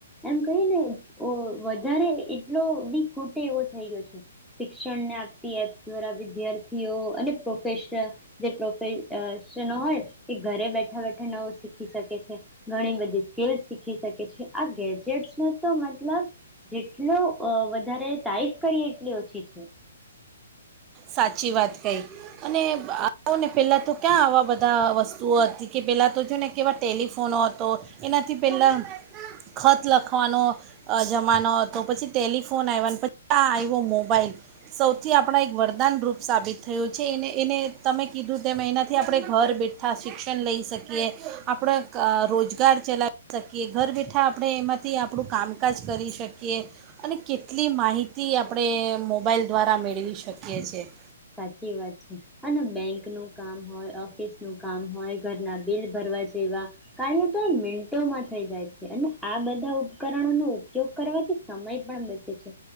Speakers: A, in the centre; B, on the right (about 25°).
A: એમ કેને ઓ વધારે એટલો બી ખોટે એવો થઈ ગયો છે. શિક્ષણને આપતી એપ્સ દ્વારા વિદ્યાર્થીઓ અને પો પ્રોફેશનલ કે પ્રોફ ન પ્રોફેશન હોય એ ઘરે બેઠા.. નવું શીખી શકે છે ઘણી બધી સ્કીલસ શીખી શકે છે આ ગેજેટ્સ ન તો મતલબ જેટલો વધારે તારીફ કરીએ એટલી ઓછી છે.
B: સાચી વાત કહી અને આવોને પહેલાં તો ક્યાં આવા બધા વસ્તુઓ હતી કે પહેલાં તો છેને ને કેવા ટેલિફોનો હતો એનાથી પહેલાં ખત લખવાનો અ જમાનો હતો, પછી ટેલિફોન આવ્યાનો પછી આ આવ્યો મોબાઈલ સૌથી આપણા એક વર દાનરૂપ સાબિત થયું છે એને એને તમે કીધું તેમ એનાથી આપણે ઘર બેઠા શિક્ષણ લઈ શકીએ, આપણા ક રોજગાર ચલાવી શકીએ, ઘર બેઠા આપણે એમાંથી આપણું કામકાજ કરી શકીએ અને કેટલી માહિતી આપણે મોબાઈલ દ્વારા મેળવી શક કિએ છે.
A: સાચી વાત છે અને બેંક નું કામ હોય, ઓફિસ નું કામ હોય, ઘરના બિલ ભરવા જેવા કાર્ય તો મિન ટોમાં થઈ જાય છે અને આ બધા ઉ ઉપકરણોનો ઉપયોગ કરવાથી. સમય પણ બચે છે.